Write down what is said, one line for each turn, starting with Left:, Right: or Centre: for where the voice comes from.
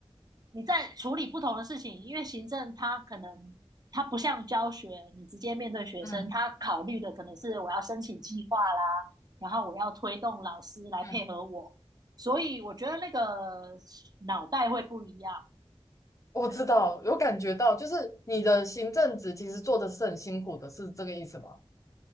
Right: 你在处理不同的事情，因为行政它可能它不像教学，你直接面对学生，
Left: 嗯
Right: 他考虑的可能是我要申请计划啦，然后我要推动老师来配合我，
Left: 嗯，
Right: 所以我觉得那个脑袋会不一样。
Left: 我知道，
Right: 对。
Left: 有感觉到，就是你的行政职其实做的是很辛苦的，是这个意思吗？